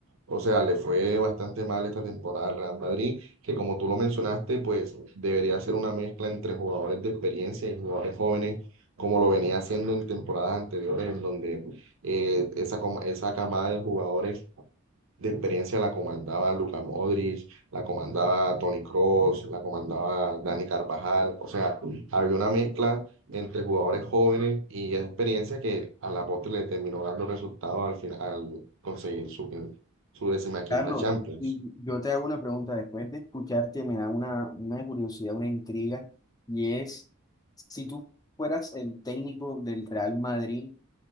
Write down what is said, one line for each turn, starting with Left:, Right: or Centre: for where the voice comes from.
Right: O sea, le fue bastante mal esta temporada al Real Madrid, que como tú lo mencionaste, pues debería ser una mezcla entre jugadores de experiencia y jugadores jóvenes, como lo venía haciendo en temporadas anteriores, en donde eh, esa, coma- esa camada de jugadores de experiencia la comandaba Luka Modric, la comandaba Toni Kroos, la comandaba Dani Carvajal, o sea, había una mezcla entre jugadores jóvenes y experiencia que a la postre le terminó dando resultados al final, al conseguir su, quin- su decimaquinta
Left: Carlos,
Right: Champions.
Left: y yo te hago una pregunta después de escucharte, me da una, una curiosidad, una intriga, y es, si tú fueras el técnico del Real Madrid,